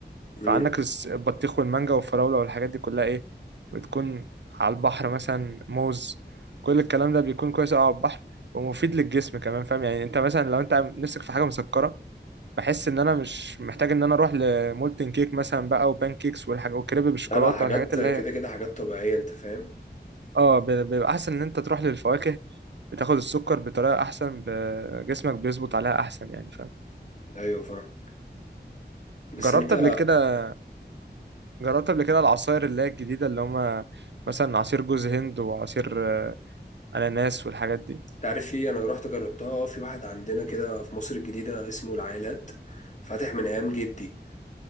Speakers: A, on the right; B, on the left.
A: فعندك
B: امم
A: الس- البطيخ والمانجا والفراولة والحاجات دي كلها ايه بتكون على البحر مثلا موز كل الكلام ده بيكون كويس أوي على البحر ومفيد للجسم كمان فاهم يعني انت مثلا لو انت نفسك في حاجة مسكرة بحس ان انا مش محتاج ان انا اروح لمولتن كيك مثلا بقى وبان كيكس والحاجة وكريب بالشوكولاتة
B: لا لا حاجات
A: والحاجات اللي
B: كده
A: هي
B: كده حاجات طبيعية أنت فاهم
A: اه ب- بيبقى احسن ان انت تروح للفواكه بتاخد السكر بطريقة احسن ب- جسمك بيظبط عليها احسن يعني فاهم
B: أيوه فاهم بس
A: جربت
B: أنت
A: قبل كده جربت قبل كده العصاير اللي هي الجديدة اللي هما مثلا عصير جوز هند وعصير آه، أناناس والحاجات دي
B: تعرف في أنا رحت جربتها آه، في واحد عندنا كده في مصر الجديدة اسمه العائلات فاتح من أيام جدي